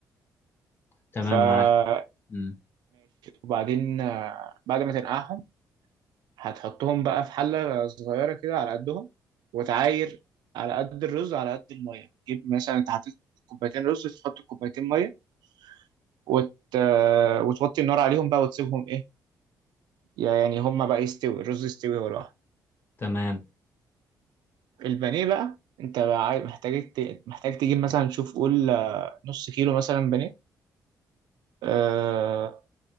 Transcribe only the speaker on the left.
تمام
معاك مم.
تمام